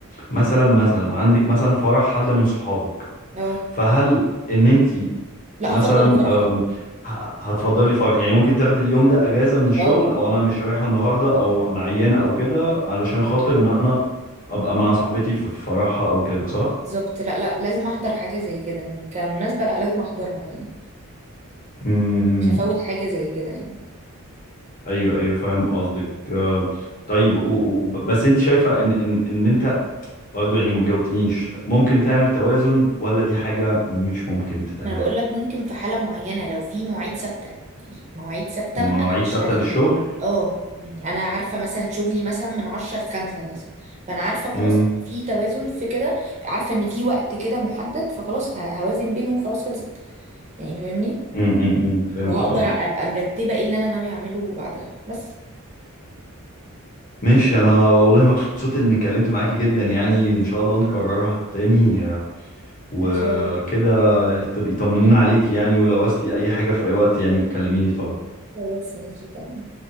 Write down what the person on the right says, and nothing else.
اه
لا
هفضل الفرح طبعا
اه
بالظبط لا لا لازم احضر حاجه زي كده يعني كمناسبه لا لازم احضرها يعني
مش هفوت حاجه زي كده يعني
ما انا بقول لك ممكن في حاله معينه لو في مواعيد ثابته يعني مواعيد ثابته
انا ماشيه
عليها
اه يعني انا عارفه مثلا شغلي مثلا من 10 ل 5 مثلا فانا عارفه خلاص
في توازن في كده عارفه ان في وقت كده محدد فخلاص ه- هوازن بينه وخلاص خلصت يعني فاهمني
وهقدر
ابقى مرتبه ايه اللي انا ناويه اعمله بعدها بس
ان شاء الله
خلاص ماشي تمام